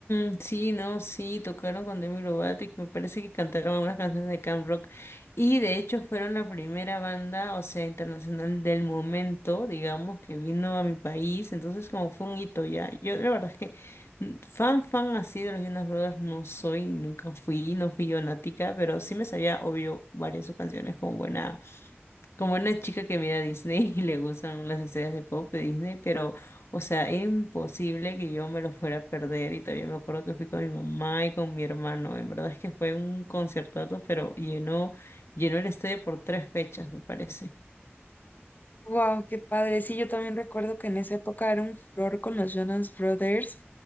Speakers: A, on the left; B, on the left.
A: ujú. Sí, no, sí, tocaron con Demi Lovato y me parece que cantaron algunas canciones de Camp Rock. Y de hecho fueron la primera banda, o sea, internacional del momento, digamos, que vino a mi país. Entonces como fue un hito ya. Yo la verdad es que mm, fan, fan así de los Jonas Brothers no soy, nunca fui, no fui yo nática, pero sí me sabía, obvio, varias de sus canciones como buena Como una chica que mira Disney <laughs> y le gustan las estrellas de pop de Disney, pero, o sea, es imposible que yo me lo fuera a perder. Y todavía me acuerdo que fui con mi mamá y con mi hermano. En verdad es que fue un concertazo, pero llenó, llenó el estadio por tres fechas, me parece.
B: Wow, qué padre. Sí, yo también recuerdo que en esa época era un flor con los Jonas Brothers